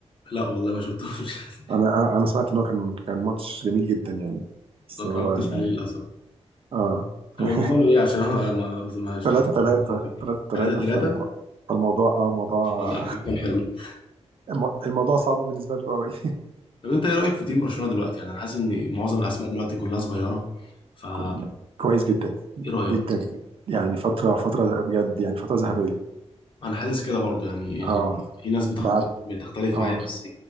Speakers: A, on the left; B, on the right.
A: لا والله ما شفتوش <laughs>
B: انا انا أنا سمعت ان هو كان كان ماتش جميل جدا يعني بس
A: ما اتفرجتش
B: هو يعني
A: عليه للاسف
B: اه
A: طب
B: <laughs>
A: هم عملوا ايه عشان انا ما ما ما حتى
B: ثلاثة ثلاثة
A: شفت النتيجه
B: ثلاثة
A: 3 3
B: ثلاثة فالموضوع اه موضوع
A: لا اكيد كان حلو
B: <laughs> الم- الموضوع صعب بالنسبة لكم قوي
A: طب انت ايه رايك في تيم برشلونه دلوقتي يعني انا حاسس ان معظم الاسماء دلوقتي كلها صغيره فا
B: <laughs> كويس جدا
A: ايه رايك
B: جدا يعني فترة فترة بجد يعني فترة ذهبية
A: انا حاسس كده برضو يعني يعني
B: اه
A: في ناس بتخ...
B: بعد
A: بتختلف
B: اه
A: معايا بس